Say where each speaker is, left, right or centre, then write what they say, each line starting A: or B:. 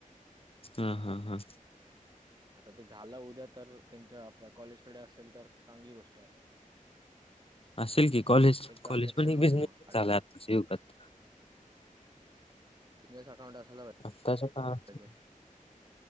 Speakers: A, on the left; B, on the right.
A: हा हा हा.
B: आता ते झालं उद्या तर त्यांच्या आपल्या कॉलेजकडे असेल तर चांगली गोष्ट आहे.
A: असेल की कॉलेज,
B: एक ट्रान्झॅक्शन
A: कॉलेज पण एक
B: होईल
A: बिझनेस
B: मग
A: झाला त युगात
B: बिझनेस अकाउंट असायला
A: आताच्या काळात
B: पाहिजे